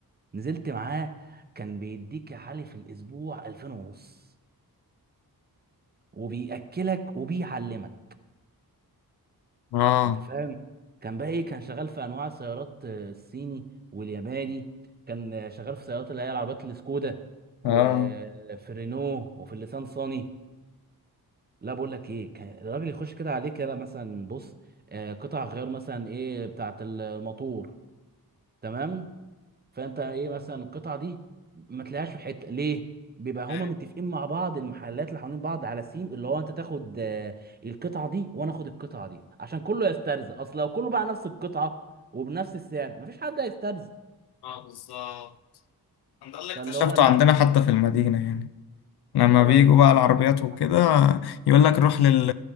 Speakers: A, on the right; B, on the left.
A: نزلت معاه كان بيديك يا علي في الاسبوع 2000 ونص وبيأكلك وبيعلمك
B: آه
A: انت فاهم كان بقى ايه كان شغال في انواع السيارات آه، الصيني والياباني كان آه، شغال في سيارات اللي هي العربيات السكودا وفي
B: اه
A: الرينو وفي الليسان صاني لا بقول لك ايه كان الراجل يخش كده عليك يلا مثلا بص آه، قطع غيار مثلا ايه بتاعت الموتور تمام فانت ايه مثلا القطعه دي ما تلاقيهاش في حته ليه بيبقى هما
B: ايه
A: متفقين مع بعض المحلات اللي حوالين بعض على سيم اللي هو انت تاخد آه، القطعه دي وانا اخد القطعه دي عشان كله يسترزق اصل لو كله باع نفس القطعه وبنفس السعر مفيش حد هيسترزق
B: اه بالظبط ده اللي اكتشفته
A: فاللي هو لا
B: عندنا حتى في المدينة يعني لما
A: فهم
B: بيجوا
A: ايه كانوا
B: بقى العربيات وكده
A: على السيم
B: يقول لك روح لل...